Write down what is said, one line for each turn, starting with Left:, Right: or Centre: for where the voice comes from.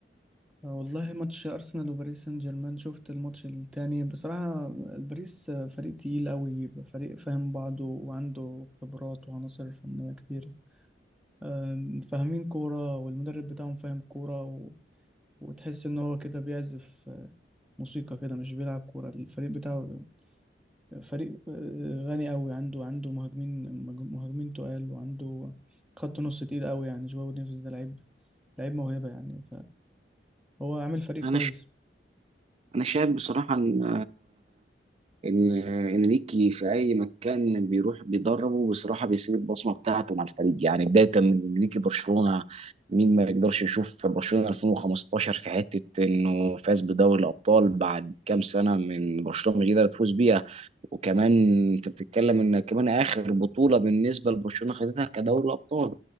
Centre: والله ماتش ارسنال وباريس سان جيرمان شفت الماتش التاني بصراحة باريس فريق تقيل قوي فريق فاهم بعضه وعنده خبرات وعناصر فنية كتير آم، فاهمين كورة والمدرب بتاعهم فاهم كورة وتحس ان هو كده بيعزف موسيقى كده مش بيلعب كورة الفريق بتاعه فريق غني قوي عنده عنده مهاجمين مهاجمين تقال وعنده خط نص تقيل قوي يعني جواو نيفيز ده لعيب لعيب موهبة يعني فهو عامل فريق
Right: انا
Centre: كويس
Right: ش... انا شايف بصراحه ان ان انريكي في اي مكان بيروح بيدربه بصراحه بيسيب البصمه بتاعته مع الفريق يعني بدايه من انريكي برشلونه مين ما يقدرش يشوف برشلونه 2015 في حته انه فاز بدوري الابطال بعد كام سنه من برشلونه مش قادر تفوز بيها وكمان انت بتتكلم ان كمان اخر بطوله بالنسبه لبرشلونه خدتها كدوري الابطال